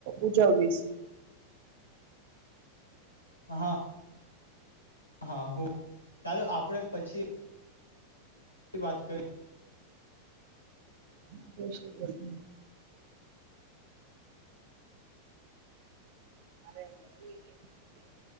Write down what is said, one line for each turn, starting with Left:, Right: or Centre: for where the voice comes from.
Right: ઉજવવીશ.
Left: હ હા. હા ચાલો આપણે પછી વાત કરી
Right: <inaudible> <inaudible>